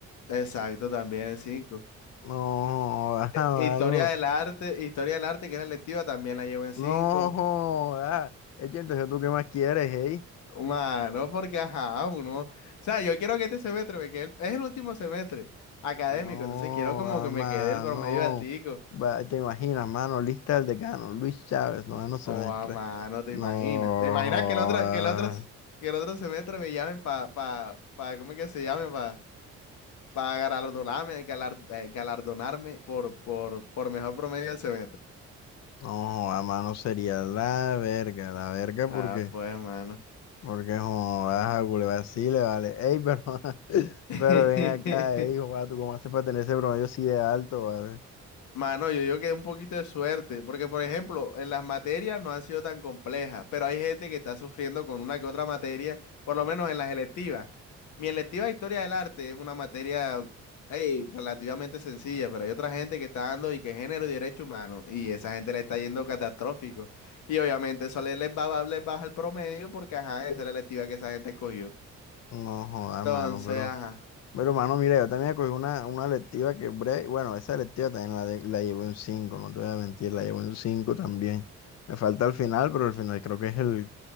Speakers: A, on the left (about 75°); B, on the left (about 60°).
A: Exacto, también en 5.
B: No, <laughs> joda,
A: historia
B: mano.
A: del arte, historia del arte, que es la electiva, también la llevo en cinco
B: No, joda. Es entonces tú qué más quieres, hey.
A: Mano, porque ajá, uno. O sea, yo quiero que este semestre me quede, el- es el último semestre académico,
B: No,
A: entonces quiero como
B: joda,
A: que
B: mano.
A: me quede el promedio altico.
B: Va, te imaginas, mano, lista del decano, Luis Chávez, noveno semestre.
A: Oh, a mano, te
B: No,
A: imaginas. ¿Te imaginas
B: joda.
A: que el otro, que el otro, s- que el otro semestre me llamen para, pa, pa, pa- ¿cómo es que se llame? Para pa pa galardonarme, galar- eh, galardonarme por, por, por mejor promedio del semestre.
B: No, joda, mano, sería la verga, la verga
A: Ah,
B: porque,
A: pues, mano.
B: porque joda, a Culebra sí le vale. Ey, pero, <laughs>
A: <laughs>
B: pero ven acá, ey, joda, tú cómo haces para tener ese promedio así de alto, vale.
A: Mano, yo digo que un poquito de suerte, porque por ejemplo, en las materias no han sido tan complejas, pero hay gente que está sufriendo con una que otra materia, por lo menos en las electivas. Mi electiva de Historia del Arte es una materia ey, relativamente sencilla, pero hay otra gente que está dando y que género y derecho humano, y esa gente le está yendo catastrófico. Y obviamente eso le- les va, les baja el promedio porque, ajá, esa es la electiva que esa gente escogió.
B: No, joda,
A: Entonces,
B: mano, pero.
A: ajá,
B: Pero, hermano, mira, yo también cogí una, una electiva que breve, bueno, esa electiva también la, de- la llevo en cinco no te voy a mentir, la llevo en 5 también. Me falta el final, pero el final creo que es el,